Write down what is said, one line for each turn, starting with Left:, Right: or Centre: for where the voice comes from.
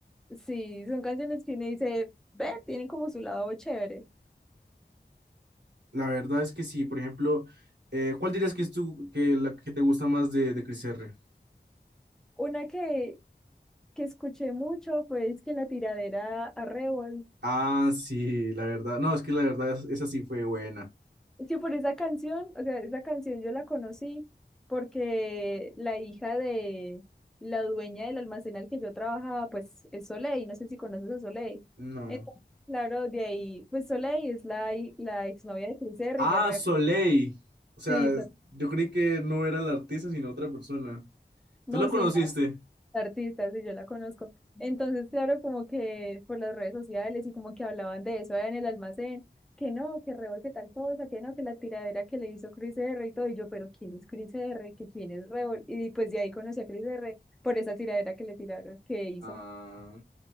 Centre: sí, son canciones que uno dice, ve, tienen como su lado chévere.
Right: La verdad es que sí, por ejemplo, eh, ¿cuál dirías que es tu, que la que te gusta más de, de Cris R?
Centre: Una que, que escuché mucho fue es que la tiradera a Revol.
Right: Ah, sí, la verdad, no, es que la verdad es- esa sí fue buena.
Centre: Es que por esa canción, o sea, esa canción yo la conocí porque la hija de la dueña del almacén al que yo trabajaba, pues es Soleil, no sé si conoces a Soleil.
Right: No.
Centre: Entonces, claro, de ahí, pues Soleil es la, hi- la exnovia de Chris Herry,
Right: Ah,
Centre: de Rep.
Right: Soleil. O sea,
Centre: Sí, so-
Right: yo creí que no era la artista, sino otra persona.
Centre: no,
Right: ¿Tú la conociste?
Centre: sí, artistas y yo la conozco. Entonces, claro, como que por las redes sociales y como que hablaban de eso allá en el almacén, que no, que Rebol, que tal cosa, que no, que la tiradera que le hizo Chris R y todo, y yo, pero ¿quién es Chris R? ¿Que quién es Rebol? Y pues de ahí conocí a Chris R por esa tiradera que le tiraron, que hizo.
Right: Ah,